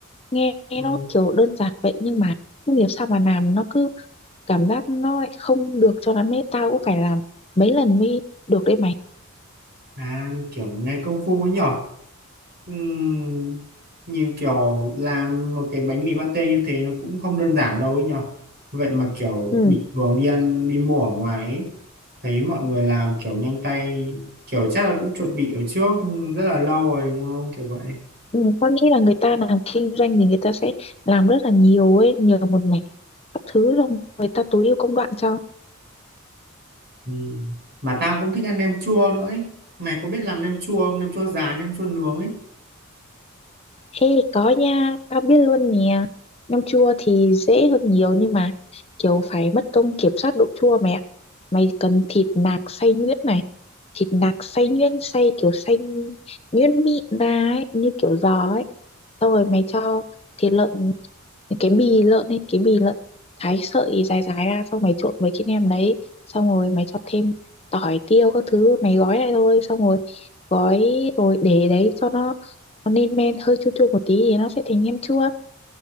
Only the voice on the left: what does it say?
nghe
nó kiểu đơn giản vậy nhưng mà không hiểu sao mà làm nó cứ cảm giác nó lại không được cho lắm ấy tao cũng phải làm mấy lần mới được đấy mày
ừ
ừ tao nghĩ là người ta làm kinh doanh thì người ta sẽ làm rất là nhiều ấy nhiều một mẻ các thứ xong người ta tối ưu công đoạn cho
Ê có nha, tao biết luôn nè. Nem chua thì dễ hơn nhiều nhưng mà kiểu phải mất công kiểm soát độ chua mẹ Mày cần thịt nạc xay nhuyễn này, thịt nạc xay nhuyễn xay kiểu xay nhuyễn mịn ra ấy, như kiểu giò ấy. Xong rồi mày cho thịt lợn cái bì lợn ấy cái bì lợn thái sợi dài dài ra xong mày trộn với cái nem đấy xong rồi mày cho thêm tỏi tiêu các thứ mày gói lại thôi xong rồi gói rồi để đấy cho nó nó lên men hơi chua chua một tí thì nó sẽ thành nem chua